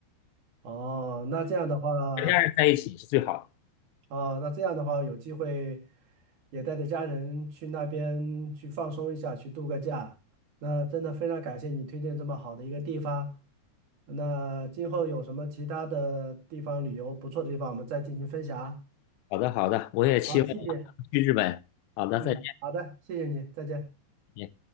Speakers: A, on the right; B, on the left.
A: 哦，那这样的话。
B: 全家人在一起是最好的。
A: 啊，那这样的话，有机会也带着家人去那边去放松一下，去度个假。那真的非常感谢你推荐这么好的一个地方。那今后有什么其他的地方旅游不错的地方，我们再进行分享啊
B: 好的，好的，我也期望
A: 好，谢谢。
B: 去日本。好的，
A: 嗯，
B: 再
A: 好的，谢谢你，再见。
B: 见。